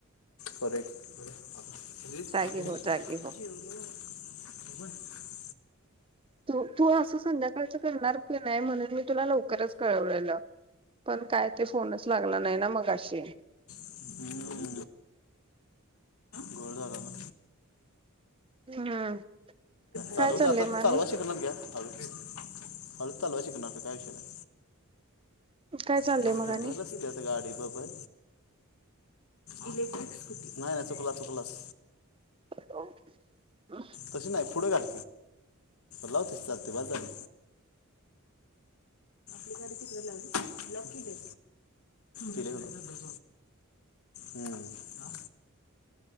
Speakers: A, on the left (about 80°); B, on the right (about 25°).
A: करूया की. जेवलीस? जेवलो
B: जागी हो जागी हो
A: बाबा <unintelligible>
B: तू तू असं संध्याकाळच करणार की नाही म्हणून मी तुला लव करच कळवलेलं, पण काय ते फोनच लागला नाही ना मगाशी.
A: हुं. घोळ झाला ना.
B: हम्म
A: चालवते
B: काय चाललंय
A: आता त
B: मग आणि
A: चालवाय शिकणार घ्या. हळूच, हळूच चालवायला शिकणार काय विषय नाही.
B: काय चाललंय
A: सग
B: मग आणि
A: नसत्यात गाडीबरोबर इलेक्ट्रिक स्कुटी. नाही नाही, चुकलास चुकलास.
B: हॅलो, हू.
A: तशी नाही पुढं घाल. लावतस चालते बास झाली. ही गाडी तिकडे लावली. लॉक केली, केलीना लॉक. हुं. आ.